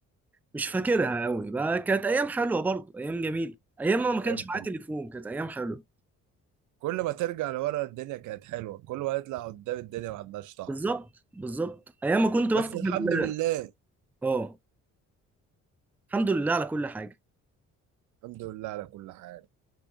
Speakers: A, in the centre; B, on the right.
A: مش فاكرها قوي بقى كانت ايام حلوه برضه ايام جميله ايام ما ما كانش
B: ايام
A: معايا
B: حلوه
A: تليفون كانت ايام حلوه
B: كل ما ترجع لورا الدنيا كانت حلوه كل ما يطلع قدام الدنيا ما عندهاش طعم
A: بالظبط بالظبط ايام ما كنت بفتح
B: بس الحمد
A: ال-
B: لله
A: اه الحمد لله على كل حاجه
B: الحمد لله على كل حال